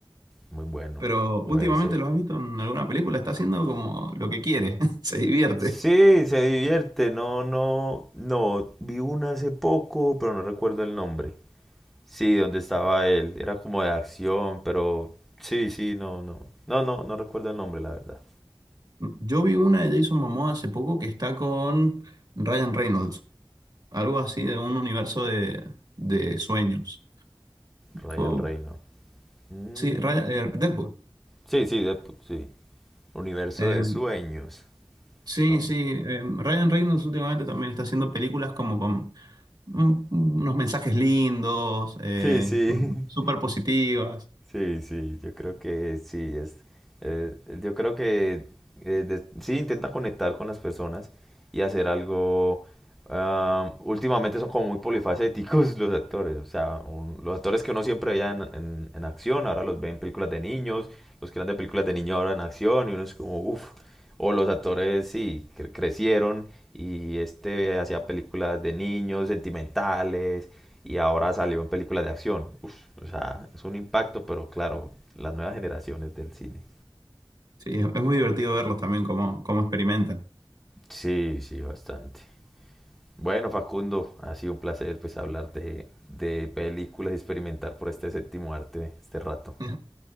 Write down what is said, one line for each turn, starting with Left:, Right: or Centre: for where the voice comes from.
Centre: muy bueno.
Right: Pero últimamente
Centre: Puede ser.
Right: los has visto en alguna película, está haciendo como lo que quiere, <laughs> se divierte.
Centre: Sí, se divierte. No, no, no. Vi una hace poco, pero no recuerdo el nombre. Sí, donde estaba él. Era como de acción, pero sí, sí, no, no. No, no, no recuerdo el nombre, la verdad.
Right: Yo vi una de Jason Momoa hace poco que está con Ryan Reynolds, algo así de un universo de, de sueños.
Centre: Ryan
Right: Fue-
Centre: Reynolds. Mm,
Right: sí, Ryan- eh, Deadpool.
Centre: Sí, sí, de- sí. Universo
Right: Eh,
Centre: de sueños.
Right: sí,
Centre: ¿no?
Right: sí, eh, Ryan Reynolds últimamente también está haciendo películas como con un- unos mensajes lindos, eh,
Centre: Sí, sí.
Right: como súper
Centre: <laughs>
Right: positivas.
Centre: Sí, sí, yo creo que sí, es, eh, yo creo que eh, de- sí intenta conectar con las personas y hacer algo. ah, últimamente son como muy polifacéticos <laughs> los actores, o sea, un- los actores que uno siempre veía en, en- en acción, ahora los ve en películas de niños, los que eran de películas de niños ahora en acción y uno es como, uff, o los actores sí, cre- crecieron y este hacía películas de niños, sentimentales y ahora salió en películas de acción. Uf, o sea, es un impacto, pero claro, las nuevas generaciones del cine.
Right: Sí, es es muy divertido verlos también cómo, cómo experimentan.
Centre: Sí, sí, bastante. Bueno, Facundo, ha sido un placer pues hablar de, de películas y experimentar por este séptimo arte este rato.
Right: <laughs>